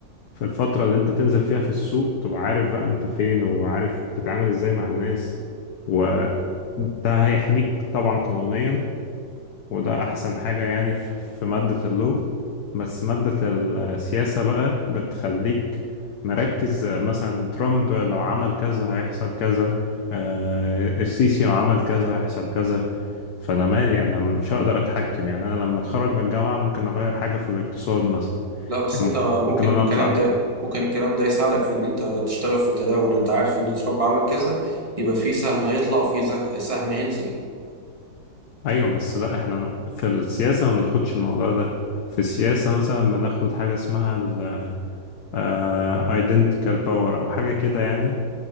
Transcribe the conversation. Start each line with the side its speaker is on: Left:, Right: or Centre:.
Left: في الفترة اللي أنت تنزل فيها في السوق تبقى عارف بقى أنت فين وعارف تتعامل إزاي مع الناس وده هيحميك طبعا قانونيا وده أحسن حاجة يعني في في مادة اللو بس مادة السياسة بقى بتخليك مركز آه، مثلا ترامب لو عمل كذا هيحصل كذا آه، السيسي لو عمل كذا هيحصل كذا فأنا مالي أنا مش هقدر أتحكم يعني أنا لما أتخرج من الجامعة ممكن أغير حاجة في الاقتصاد مثلا
Right: لا بس
Left: يعني
Right: انت ممكن
Left: ممكن أنا
Right: الكلام
Left: أطلع
Right: ده ممكن الكلام ده يساعدك في ان انت تشتغل في التداول انت عارف ان ترامب عمل كذا يبقى في سهم هيطلع وفي زه- سهم هينزل
Left: أيوة بس لأ إحنا في السياسة ما بناخدش الموضوع ده في السياسة مثلا بناخد حاجة اسمها ال آه، identical power أو حاجة كده يعني